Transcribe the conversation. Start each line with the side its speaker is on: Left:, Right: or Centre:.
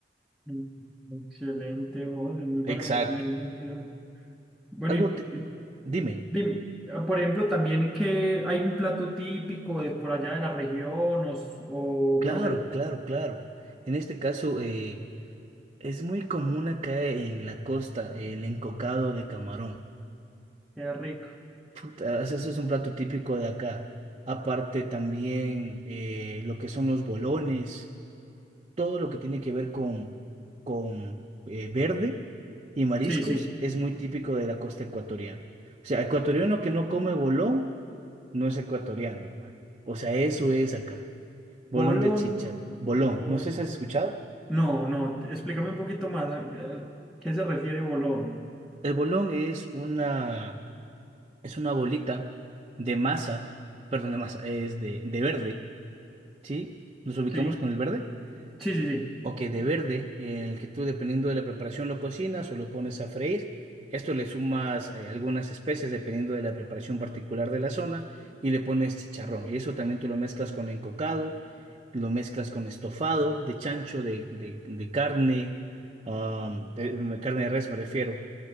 Centre: Mm, Excelente, José, muy buena
Right: Exacto.
Centre: recomendación. Bueno,
Right: Algo, te-
Centre: y, y
Right: dime.
Centre: dime, ah, por ejemplo, también que hay un plato típico de por allá de la región o, s- o
Right: Claro,
Centre: por ser
Right: claro, claro. En este caso, eh, Es muy común acá en la costa el encocado de camarón.
Centre: qué rico.
Right: Puta, Eso eso es un plato típico de acá. Aparte también eh, lo que son los bolones, todo lo que tiene que ver con, con eh, verde y mariscos
Centre: Sí, sí.
Right: es muy típico de la costa ecuatoriana. O sea, ecuatoriano que no come bolón no es ecuatoriano, hermano. O sea, eso es acá. Bolón
Centre: Bolón.
Right: de chicha. Bolón.
Centre: Bol-
Right: No sé si has escuchado.
Centre: No, no, te- explícame un poquito más. a- a- ¿Qué se refiere bolón?
Right: El bolón es una... es una bolita de masa, perdón, de masa, es de, de verde, ¿sí? Nos ubicamos
Centre: Sí,
Right: con el verde
Centre: sí, sí, sí.
Right: o que de verde, en el que tú dependiendo de la preparación lo cocinas o lo pones a freír. Esto le sumas eh, algunas especias dependiendo de la preparación particular de la zona y le pones chicharrón. Y eso también tú lo mezclas con encocado, lo mezclas con estofado de chancho, de, de- de carne, am, de- carne de res me refiero,